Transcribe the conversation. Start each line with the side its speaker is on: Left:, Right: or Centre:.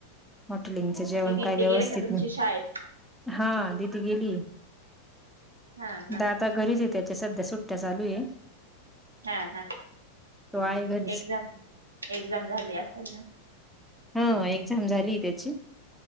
Centre: हॉटेलिंगच जेवण
Right: दिदीन
Centre: काही व्यवस्थित
Right: ते गेले का तुमच्या
Centre: नाही,
Right: शाळेत
Centre: हा दिदी गेली.
Right: हा हा
Centre: दादा घरीच आहे त्याच्या सध्या सुट्ट्या चालू आहे.
Right: हा हा
Centre: तो आहे घरीच
Right: एक्झाम एक्झाम झाली असल ना
Centre: हा एक्झाम झालीये त्याची